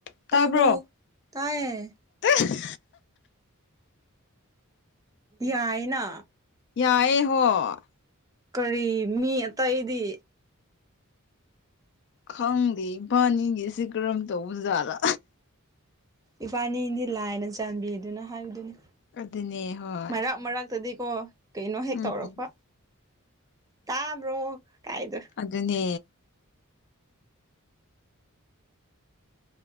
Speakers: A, on the left (about 55°); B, on the right (about 15°).
A: ꯇꯥꯕ꯭ꯔꯣ
B: ꯇꯥꯔꯕ ꯇꯥꯏꯌꯦ
A: <unintelligible>
B: ꯌꯥꯏꯅ
A: ꯌꯥꯏꯌꯦ ꯍꯣꯏ
B: ꯀꯔꯤ ꯃꯤ ꯑꯇꯩꯗꯤ
A: ꯈꯪꯗꯦ ꯏꯕꯥꯅꯤꯒꯤꯁꯤ ꯀꯔꯝ ꯇꯧꯕ ꯖꯥꯠꯗ
B: ꯏꯕꯥꯅꯤꯗꯤ ꯂꯥꯏꯅ ꯆꯥꯟꯕꯤꯗꯨꯅ ꯍꯥꯏꯕꯗꯨꯅꯤ
A: ꯑꯗꯨꯅꯦ ꯍꯣꯏ
B: ꯃꯔꯛ ꯃꯔꯛ ꯇꯗꯤꯀꯣ ꯀꯩꯅꯣ ꯍꯦꯛ
A: ꯎꯝ
B: ꯇꯧꯔꯛꯄ ꯇꯥꯕ꯭ꯔꯣ ꯀꯥꯏꯗꯣ
A: ꯑꯗꯨꯅꯦ